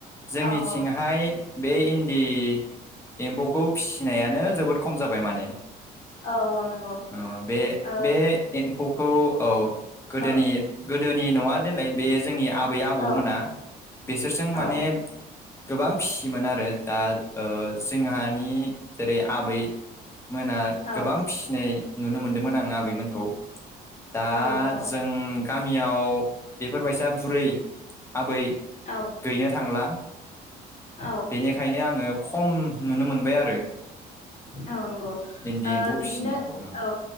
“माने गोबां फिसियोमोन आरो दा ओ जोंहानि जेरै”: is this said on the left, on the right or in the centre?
Left